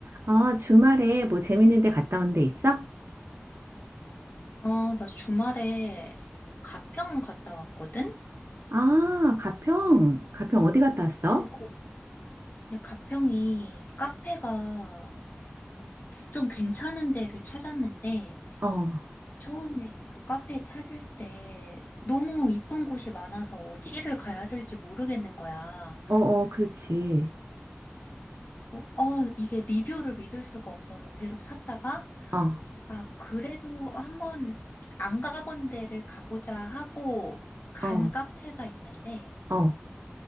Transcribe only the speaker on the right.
아, 주말에 뭐 재밌는 데 갔다 온 데 있어?
아, 가평. 가평 어디 갔다 왔어?
어, 어,
어, 그렇지.
어,
어,
어.